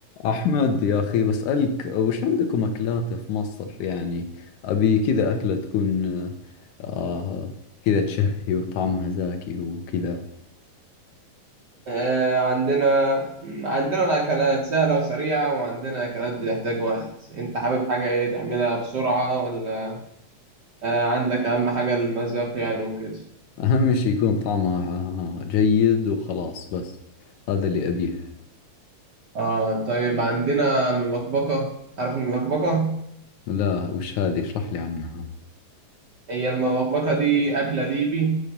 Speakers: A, on the left; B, on the right.
A: أحمد يا أخي بسألك وش عندكم أكلات في مصر يعني أبي كذا أكلة تكون آه كذا تشهي وطعمها زاكي وكذا
B: آه، عندنا عندنا الأكلات سهلة وسريعة وعندنا أكلات بتحتاج وقت أنت حابب حاجة إيه تعملها بسرعة ولا آه، عندك أهم حاجة المذاق يعني وكده
A: أهم شي يكون طعمها آه، جيد وخلاص بس هذا اللي أبيه
B: آه طيب عندنا مبكبكة عارف المبكبكة
A: لا وش هذه اشرح لي عنها
B: هي المبكبكة دي أكلة ليبي